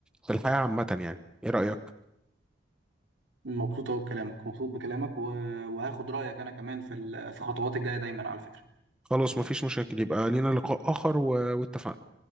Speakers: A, in the centre; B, on the right.
A: في الحياة عامة يعني إيه رأيك؟
B: مبسوط قوي بكلامك مبسوط بكلامك و- وهاخد رايك انا كمان في ال- في الخطوات الجايه دايما على فكره
A: خلاص مفيش مشاكل يبقى لينا لقاء آخر و- واتفقنا